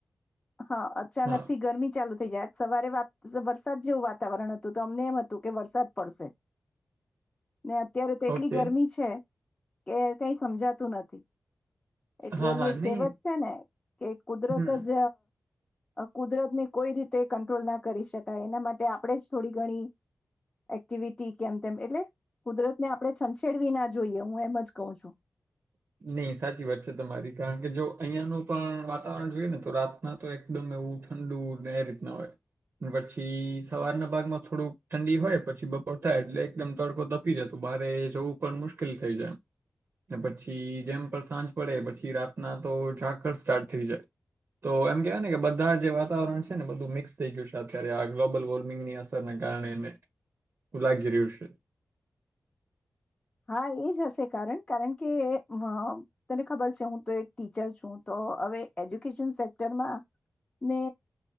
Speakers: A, on the left; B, on the right.
A: હા અચાનક
B: હા
A: થી ગરમી ચાલુ આજ સવારે વરસાદ જેવું વાતાવરણ હતું તો અમને એમ હતું કે વરસાદ પડશે. ને અત્યારે તો એટલી
B: ઓકે
A: ગરમી છે. કે કઈ સમજાતું નથી. એટલે
B: હા
A: ઓલી
B: હા
A: એક
B: નહીં
A: કહેવત છે ને કે કુદરત
B: હમ
A: જ કુદરત ને કોઈ રીતે કંટ્રોલ ના કરી શકાય એના માટે આપણેે જ થોડી ઘણી એક્ટિવિટી કેમ તેમ એટલે કુદરતને આપણે છંછેડવી ના જોઈએ હું એમ જ કહું છું.
B: નહી સાચી વાત છે, તમારી કારણ કે જો અહીિયાયાનું પણ વાતાવરણ જોઈએ ને તો રાતના તો એકદમ એવું ઠંડુ ને એ રીતના હોય પછી સવારના ભાગમાં થોડુંક ઠંડી હોય પછી બપોર થાય એટલે એકદમ તડકો તપી જાય તો બરે જોવું પણ મુશ્કેલ થઈ જાય એમ. ને પછી જેમ પર સાંજ પડે પછી રાતના તો ઝાકળ સ્ટાર્ટ થઈ જાય, તો એમ કહેવાય ને કે બધા જે વાતાવરણ છે ને બધું મિક્સ થઈ ગયું છે અત્યારે આ ગ્લોબલ વોર્મિંગની અસરને કારણે એને લાગી રહ્યું છે.
A: હા એ જ હશે કારણ કારણ કે તને ખબર છે હું તો એક ટીચર છું તો હવે એજ્યુકેશન સેક્ટરમાં ને